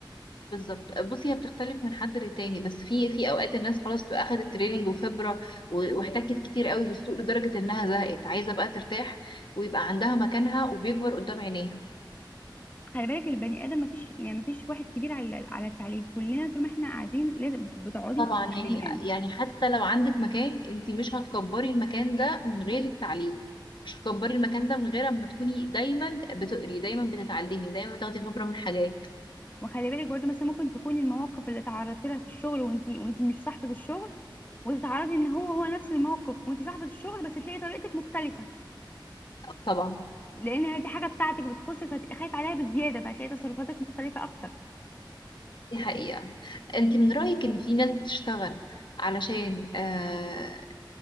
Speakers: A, on the left (about 65°); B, on the left (about 20°).
A: بالظبط بصي هي بتختلف من حد للتاني بس في في اوقات الناس خلاص بتبقى اخدت تريننج وخبره و- واحتكت كتير قوي بالسوق لدرجه انها زهقت عايزه بقى ترتاح ويبقى عندها مكانها وبيكبر قدام عينيها
B: خلي بالك البني ادم مفيش يعني مفيش واحد كبير على على التعليم كلنا طول ما احنا قاعدين لازم بتقعدي
A: طبعا
B: تتعلمي
A: يعني
B: يعني
A: يعني حتى لو عندك مكان انت مش هتكبري المكان ده من غير التعليم مش هتكبري المكان ده من غير اما تكوني دايما بتقري دايما بتتعلمي دايما بتاخدي خبره من حاجات
B: وخلي بالك برضه مثلا ممكن تكوني المواقف اللي تعرضتي لها في الشغل وانت وانت مش صاحبة الشغل وتتعرضي ان هو هو نفس الموقف وانت صاحبة الشغل بس تلاقي طريقتك مختلفة
A: طبعا
B: لان هذه حاجة بتاعتك بتخصك فهتبقي خايفة عليها بزيادة فهتلاقي تصرفاتك مختلفة اكتر
A: دي حقيقة انت من رأيك ان في ناس بتشتغل علشان آه